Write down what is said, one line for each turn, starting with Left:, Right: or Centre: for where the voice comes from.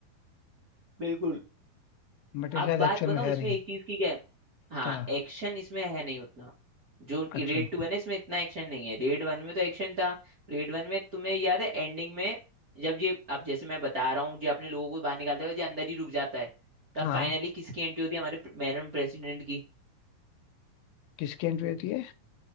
Right: बिल्कुल
Left: बट ये
Right: अब
Left: शायद
Right: बात
Left: एक्चुअल
Right: बताऊं
Left: में है
Right: इसमें
Left: नहीं
Right: एक चीज की क्या है हाँ
Left: क्या
Right: एक्शन इसमें है नहीं उतना जो
Left: अच्छा
Right: रेड टू है ना इसमें इतना एक्शन नहीं है रेड वन में तो एक्शन था रेड वन में तुम्हें याद है एंडिंग में जब ये अब जैसे मैं बता रहा हूँ जो अपने लोगों को बाहर निकालते हैं जो अंदर ही रुक जाता है तब
Left: हाँ
Right: फाइनली किसकी एंट्री होती है हमारे मैडम प्रेसिडेंट की
Left: किसकी एंट्री होती है